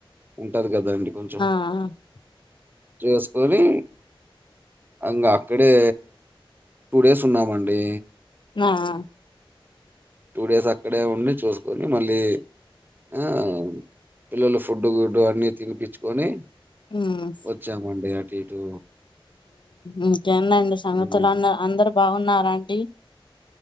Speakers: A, on the right (about 20°); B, on the left (about 60°).
A: ఉంటది కదా. అండి కొంచెం
B: ఆ ఆ
A: చేసుకొని ఇంకా అక్కడే టూ డేస్ ఉన్నామండి.
B: ఆ ఆ
A: టూ డేస్ అక్కడే ఉండి చూసుకొని మళ్ళీ ఆ పిల్లలు ఫుడ్, గుడ్డు అన్ని తినిపిచ్చుకొని
B: ఉమ్
A: వచ్చా మండీ అటు ఇటు
B: ఇంకేందండి సంగతులు
A: హ్మ్.
B: అందరూ బాగున్నారాండి.